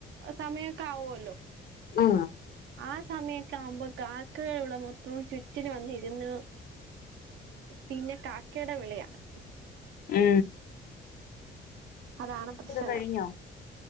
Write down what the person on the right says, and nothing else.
സമയക്കെ ആവുല്ലോ
ആ സമയക്കെ ആവുമ്പോ കാക്കകുടെ മൊത്തവും ചുറ്റിന വന്നിരുന്നു പിന്നെ കാക്കയുടെ വിളയാണ്
അതാണ് പ്രശ്നം